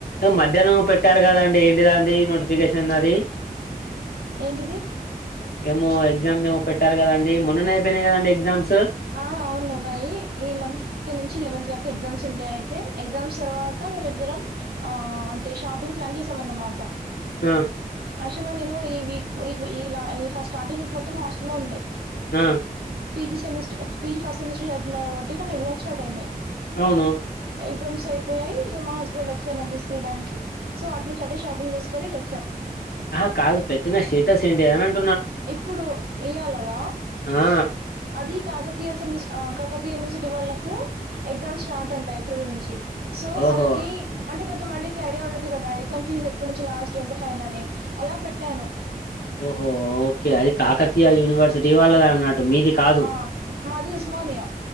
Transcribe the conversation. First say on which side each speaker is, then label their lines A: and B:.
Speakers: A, on the left; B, on the right.
A: మధ్యాహ్నం పెట్టారు కదండి ఏంటిదాండి కేషన్ అన్నది
B: ఏంటిది
A: ఏమో ఎగ్జామ్ ది ఏమో పెట్టారు కదా అండి మొన్ననే అయిపోయినాయి కదండీ ఎగ్జామ్స్
B: ఆ అవును ఉన్నాయి ఈ మంత్ నుంచి లెవెంత్ వరకు ఎగ్జామ్స్ ఉండే అయితే ఎగ్జామ్స్ తర్వాత మేమి ఇద్దరం ఆ అంటే షాప్ ఇ ప్లాన్ చేసామన్నమాట
A: ఆ
B: యాక్టువల్ గా నేను ఈ వీక్ ఇలా ఫస్ట్టార్టి మీకు మొత్తం హాస్ట లో ఉండే్
A: హ్మ్మ్
B: P G same S P G first semester చదువుతున్న కాబట్టి నాకు ఎగ్జామ్స్ స్టార్ట్ అయినాయి
A: అవును
B: ఎగ్జామ్స్ అయిపోయాయి ఇక మా హస్బెండ్ వచ్చానుని తీసుకెళ్డానికి సో వాటి నుంచి అటే షాపింగ్ చేసుకొని ఇటు వచ్చాను
A: ఆహ కాదు పెట్టిన స్టేటస్ ఏంటిదనంటే
B: ఇప్పుడు ఇయ్యాలాడా
A: ఆ
B: అది కాకతీయ సె కాకతీయ యూనివర్సిటీ వాళ్ళకు ఎగ్జామ్స్ స్టార్ట్ అంట ఏప్రిల్ నుంచి సో
A: ఓహో
B: వాళ్ళకి అంటే కొంత మందికి ఐడియా ఉండదు కదా ఎగ్జామ్ ఫీజ్ ఎప్పటి నుంచి లాస్ట్ ఎంత ఫైన్ అని అలా పెట్టాను
A: ఓహో ఓకే అ కాకతీయ యూనివర్సిటీ వాళ్ళద అన్నట్టు మీది కాదు
B: ఆ మాది ఉస్మానియా